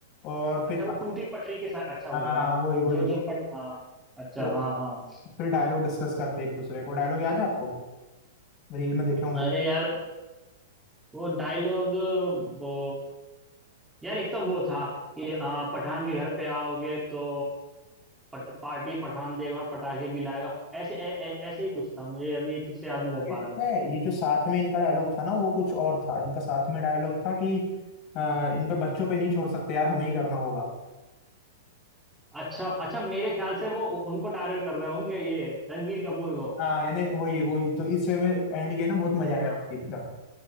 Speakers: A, on the left; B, in the centre.
A: और फिर
B: अच्छा वो टूटी पटरी के साथ अच्छा वो
A: हाँ
B: हाँ
A: वही वही
B: जो
A: वही।
B: जो पट हाँ अच्छा
A: फिर
B: हाँ हाँ
A: फिर डायलॉग डिस्कस करते हैं एक दूसरे को डायलॉग याद है आपको रील में देखे होंगे
B: अरे यार वो डायलॉग वो यार एक तो वो था कि आ, पठान के घर पे आओगे तो पट, पार्टी पठान देगा और पटाखे भी लाएगा ऐसे ऐ- ऐ- ऐसे ही कुछ था मुझे अभी ठीक से याद नहीं कर
A: ये
B: पा रहा
A: तो
B: मैं
A: है ये जो साथ में इनका डायलॉग था ना वो कुछ और था इनका साथ में डायलॉग था कि आ, इन पे बच्चों पे नहीं छोड़ सकते यार हमें ही करना होगा
B: अच्छा अच्छा मेरे ख्याल से वो उ- उनको टारगेट कर रहे होंगे ये रणवीर कपूर को
A: हाँ यानी वही वही तो इस वे में एंड किया ना बहुत मजा
B: हाँ
A: आया एकदम